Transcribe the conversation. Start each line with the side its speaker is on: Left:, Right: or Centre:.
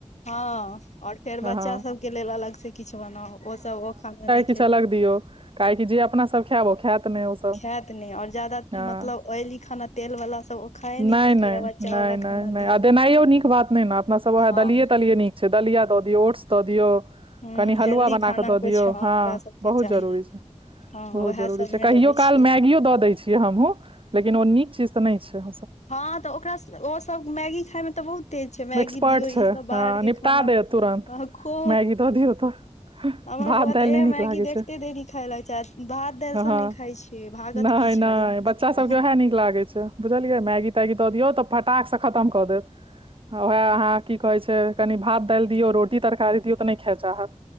Left: हँ और फेर
Right: हँ
Left: बच्चा सब के लेल अलग से किछु बनाउ ओ सब ओ खाना नै
Right: किछ अलग दियौ काहेकि जे अपना सब खायब खायत नय ओ सब
Left: खायत नहि और ज्यादा
Right: हँ
Left: मतलब ऑयली खाना तेल वाला सब ओ खाए
Right: नहि
Left: सकैया
Right: नहि
Left: बच्चा
Right: नहि
Left: वाला
Right: नहि
Left: खाना
Right: नहि
Left: दियौ
Right: आ देनाइयो नीक बात नहि ने अपना सब वह
Left: हँ
Right: देलिये तलिये नीक से दलिया द दियौ, ओट्स दऽ दियौ
Left: ह
Right: कनि हलुवा
Left: हेल्दी
Right: बना
Left: खाना
Right: क दऽ
Left: कुछ
Right: दियौ
Left: हँ
Right: हाँ
Left: ओकरा सबके
Right: बहुत
Left: चाही
Right: जरूरी छै।
Left: हँ
Right: बहुत
Left: उएह
Right: जरूरी
Left: सबमे
Right: छै कहियो
Left: रहै
Right: काल
Left: छी
Right: मैगियो दऽ दैछियै हमहूँ लेकिन ओ नीक चीज तऽ नै छै
Left: हँ तऽ ओकरा स ओ सब मैगी खााय मे तऽ बहुत तेज छै मैगी
Right: एक्सपर्ट
Left: दियौ
Right: छै
Left: ई सब बाहर
Right: हँ
Left: के
Right: निपटा
Left: खाना
Right: देत तुरन्त
Left: वहा खु
Right: मैगी दऽ दियौ तऽ
Left: हमर
Right: भात
Left: बौआ
Right: दालि
Left: तऽ
Right: नहि
Left: ऐह
Right: नीक
Left: मैगी
Right: लागै
Left: देखते
Right: छै
Left: देरी खाय लागै छै आ भात दाइल
Right: हँ
Left: सब नै खाय छै भागत
Right: नहि,
Left: पीछा
Right: नहि,
Left: जे हम
Right: बच्चा
Left: खायब
Right: सभके उएह नीक लागैत छै, बुझलियै मैगी तैगी दऽ दियौ तऽ। फटाक सँ खतम कऽ देत। हाँ उहाए अहाँ की कहै छै कनि भात दालि दियौ रोटी तरकारी दियौ तऽ नहि खाऽ चाहत।